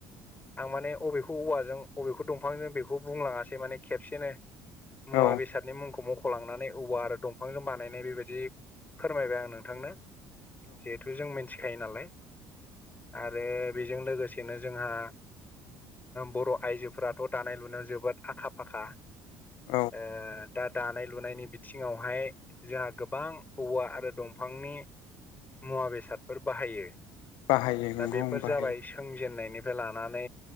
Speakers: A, on the left; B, on the left.
A: आं माने अबेख खौ औवाजों अबेखौ दंफांजों बेखौ बुंलाङासै माने खेबसेनो मुवा
B: औ
A: बेसादनि मुंखौ मख लांनानै औवा आरो दंफांजों बानायनाय बेबायदि फोरमायबाय आं नोंथांनो जिहेथु जों मिथिखायो नालाय आरो बेजों लोगोसेनो जोंहा बर आइजोफोराथ दानाय लुनायाव जोबोद आखा फाखा
B: औ
A: ओ दा दानाय लुनायनि बिथिङावहाय जोंहा गोबां औवा आरो दं फांनि मुवा बेसादफोर बाहायो
B: बाहायो नंगौ
A: दा बेफोर
B: बाहायो
A: जाबाय सोंजेननायनि फाय लानानै